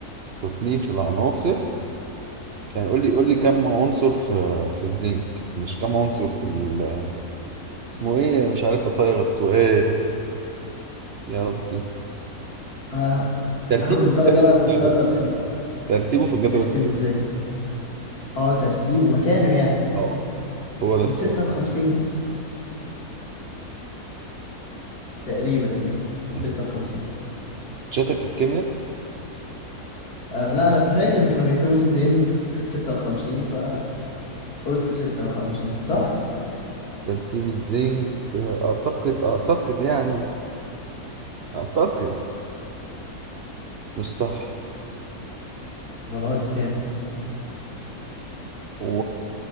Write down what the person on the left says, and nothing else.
آه
هاخد الدرجة
انا
من السؤال ده ولا ايه
ترتيبه
ازاي اه ترتيبه مكانه يعني
ال
56 تقريبا يعني 56
آه لا انا فاكر ان كانوا بيكتبوا زد ان <laughs> 56 فقلت 56 صح
ولا هو كام